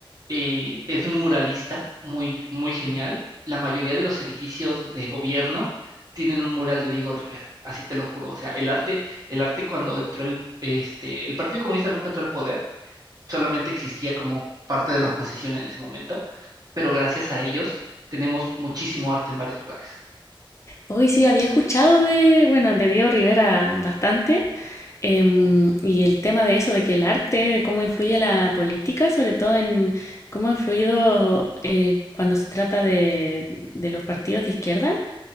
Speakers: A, on the right (about 45°); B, on the left (about 30°).
A: eh, es un muralista muy, muy genial. La mayoría de los edificios de gobierno tienen un mural de Diego Rivera, así te lo juro. O sea, el arte, el arte cuando entró el, este, el Partido Comunista nunca entró al poder, solamente existía como parte de la oposición en ese momento, pero gracias a ellos tenemos muchísimo arte en varios lugares.
B: Hoy sí había escuchado de, bueno, de Diego Rivera bastante, em, y el tema de eso, de que el arte, de cómo influye la política, sobre todo en cómo ha influido eh, cuando se trata de, de los partidos de izquierda.